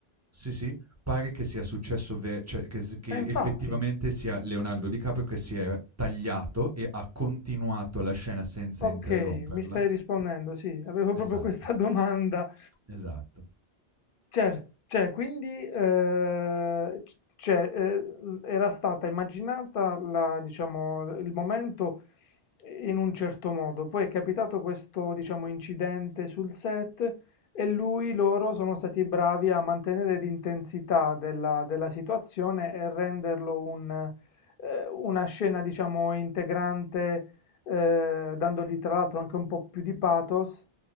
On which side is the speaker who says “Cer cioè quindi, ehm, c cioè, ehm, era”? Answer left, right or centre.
Left